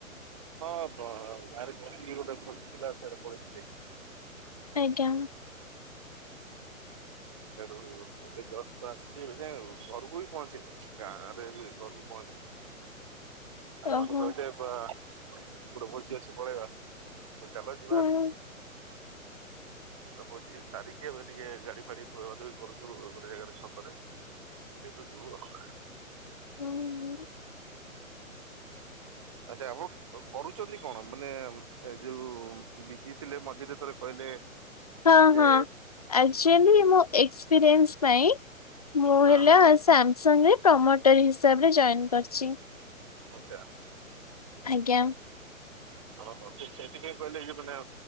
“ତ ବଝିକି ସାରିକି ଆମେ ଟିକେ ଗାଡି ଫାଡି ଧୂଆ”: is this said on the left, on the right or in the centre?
Right